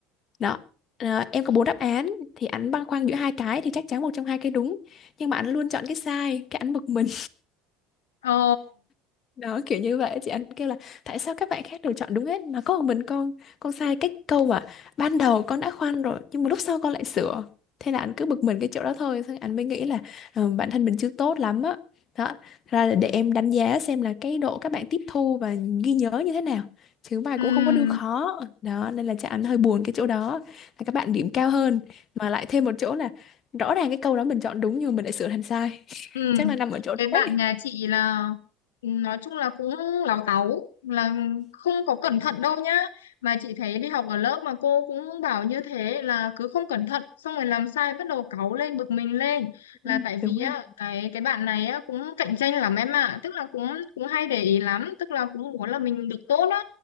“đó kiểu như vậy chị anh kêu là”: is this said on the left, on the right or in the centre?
Left